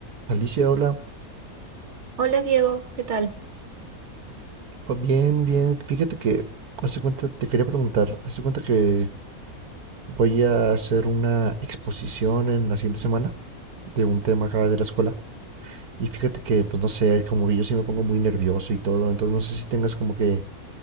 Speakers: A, on the right (about 80°); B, on the right (about 50°).
A: Alicia, hola.
B: Hola Diego, ¿qué tal?
A: Oh, Bien, bien. Fíjate que hace cuenta, te quería preguntar, hace cuenta que voy a hacer una exposición en la siguiente semana de un tema acá de la escuela. Y fíjate que, pues no sé, como que yo sí me pongo muy nervioso y todo. Entonces no sé si tengas como que